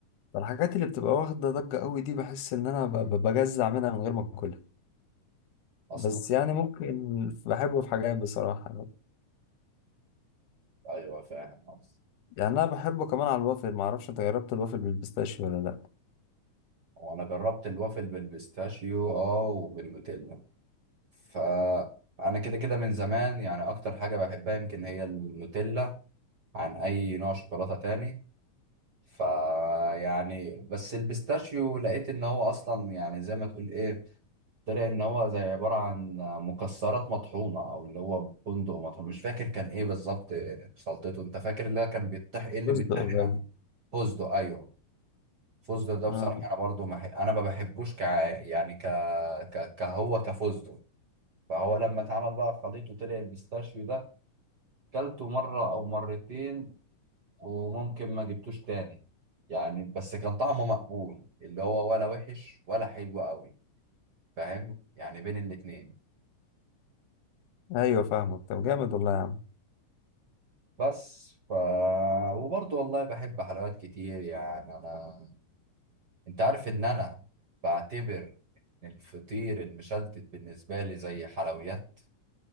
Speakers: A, on the left; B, on the right.
A: الحاجات اللي بتبقى واخده ضجه قوي دي بحس ان انا ب- ب- بجزع منها من غير ما اكلها
B: اصلا
A: بس يعني ممكن بحبه في حاجات بصراحة
B: ايوه فاهم قصدي.
A: يعني أنا بحبه كمان على الوافل معرفش أنت جربت الوافل بالبيستاشيو ولا لأ
B: وانا جربت الوافل بالبيستاشيو اه وبالنوتيلا فانا كده كده من زمان يعني اكتر حاجة بحبها يمكن هي النوتيلا عن اي نوع شوكولاتة تاني فيعني بس البيستاشيو لقيت ان هو اصلا يعني زي ما تقول ايه طلع ان هو زي عباره عن مكسرات مطحونه او اللي هو بندق مطحون مش فاكر كان ايه بالظبط خلطته انت فاكر اللي هو كان بيتطحن ايه اللي
A: بس
B: بيتطحن
A: ده قليل
B: على فستق ايوه فستق ده بصراحه
A: آه
B: انا برضو ما ح- انا ما بحبوش ك يعني ك... ك... كهو كفستق فهو لما اتعمل بقى خليط وطلع البيستاشيو ده كلته مره او مرتين وممكن ما جبتوش تاني يعني بس كان طعمه مقبول اللي هو ولا وحش ولا حلو قوي فاهم يعني بين الاتنين
A: أيوة فاهمك طب جامد والله يا عم
B: بس ف وبرضه والله بحب حلويات كتير يعني انا انت عارف ان انا بعتبر ان الفطير المشلتت بالنسبه لي زي حلويات